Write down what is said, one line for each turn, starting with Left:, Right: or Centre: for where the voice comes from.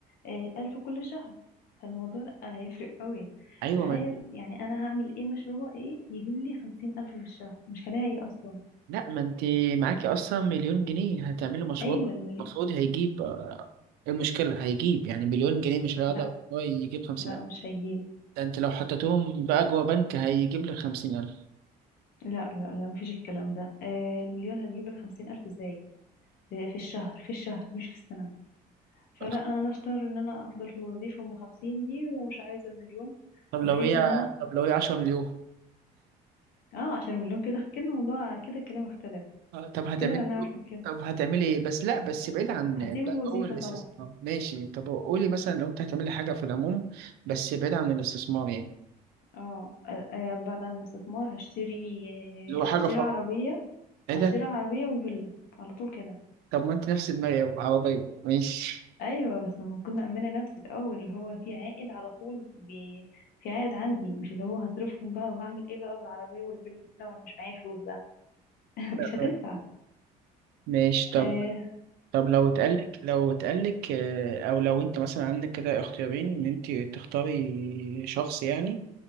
Left: آه، الف كل شهر فالموضوع لا هيفرق قوي
Right: ايوه
Left: تخيل
Right: من
Left: يعني انا هعمل ايه مشروع ايه يجيب لي خمسين الف في الشهر مش هلاقي اصلا
Right: لا ما انت معاكي اصلا مليون جنيه هتعملي مشروع
Left: ايوه المليون
Right: المفروض هيجيب آه، المشكلة هيجيب يعني مليون جنيه مش هيقدر
Left: لا
Right: هو يجيب خمسين
Left: لا
Right: ألف
Left: مش هيجيب
Right: ده انت لو حطيتهم بقى جوا بنك هيجيب لك خمسين ألف
Left: لا لا لا مفيش الكلام ده آه، المليون هتجيب لك خمسين ألف ازاي في في الشهر في الشهر مش في السنة
Right: طب
Left: فلا انا اختار ان انا افضل في الوظيفه ام 50 دي ومش عايزه المليون
Right: طب لو
Left: بحيث
Right: هي
Left: ان انا
Right: طب لو هي عشرة مليون
Left: اه عشان المليون كده كده الموضوع كده الكلام اختلف
Right: آه، طب هتعملي
Left: كده انا بنعرف نتكلم
Right: طب هتعملي ايه بس لا بس بعيد عن
Left: هسيب الوظيفه
Right: بقى هو الاستثمار
Left: طبعا
Right: ماشي طب قولي مثلا لو انت هتعملي حاجة في العموم بس بعيد عن الاستثمار يعني
Left: اه آه، آه، بعد عن الاستثمار هشتري
Right: اللي هو حاجة
Left: هشتري
Right: فقط
Left: عربيه
Right: ايه
Left: هشتري
Right: ده
Left: عربيه وفيلا على طول كده
Right: طب ما انت نفس دماغي عربية ماشي
Left: ايوه بس لما اكون مأمنه نفسي الاول اللي هو في عائد على طول بي... في عائد عندي مش اللي هو هصرفهم بقى وهعمل ايه بقى بالعربيه والفيلا وانا مش معايا فلوس بقى <laughs>
Right: تمام.
Left: مش هتنفع
Right: ماشي طب
Left: آه.
Right: طب لو اتقالك لو اتقالك آه، او لو انت مثلا عندك كده اختيارين ان انت تختاري شخص يعني